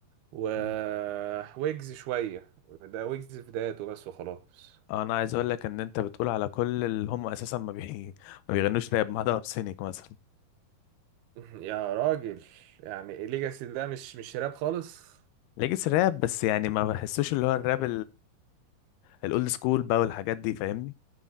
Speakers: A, on the right; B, on the left.
A: و
B: مم.
A: ويجز شوية ده ويجز في بدايته بس وخلاص
B: انا عايز اقول لك ان انت بتقول على كل اللي هم اساسا ما بي... <laughs> ما بيغنوش راب ما عدا ارسينيك مثلا
A: <laughs> يا راجل يعني ليجاسي ده مش مش راب خالص
B: ليجيس راب بس يعني ما بحسوش اللي هو الراب الاولد سكول بقى والحاجات دي فاهمني